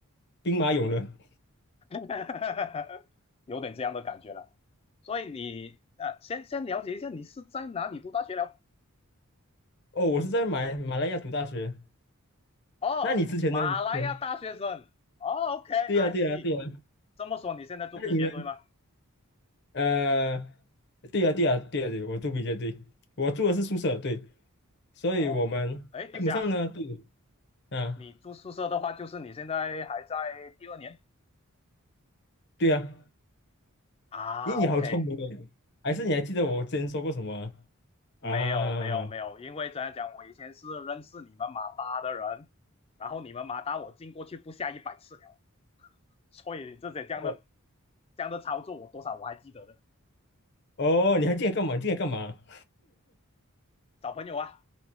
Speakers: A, on the left (about 50°); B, on the left (about 25°).
A: 兵马俑了。
B: <laughs> 有点这样的感觉了。所以你呃，先先了解一下你是在哪里读大学了？
A: 哦，我是在马马来亚读大学。
B: 哦，
A: 那你之前呢？
B: 马来亚大学生。
A: 你之前？
B: 哦，OK，I
A: 对呀，对呀，
B: see。
A: 对呀。
B: 这么说你现在住 PJ
A: 那你呢？
B: 对吗？
A: 呃，对啊，对啊，对啊，对，我住比较对，我住的是宿舍，对，所以我们基本上呢，
B: 哦，哎，等一下，
A: 对啊，
B: 你住宿舍的话，就是你现在还在第二年
A: 对啊，
B: 啊？OK，
A: 咦，你好聪明诶，还是你还记得我之前说过什么
B: 没有没有没有，
A: 啊？啊
B: 因为怎样讲，我以前是认识你们马大的人，然后你们马大我进过去不下一百次了，所以这些这样的
A: 哦
B: 这样的操作，我多少我还记得的。
A: 哦，你还记得干嘛？你记得干嘛？
B: 找朋友啊，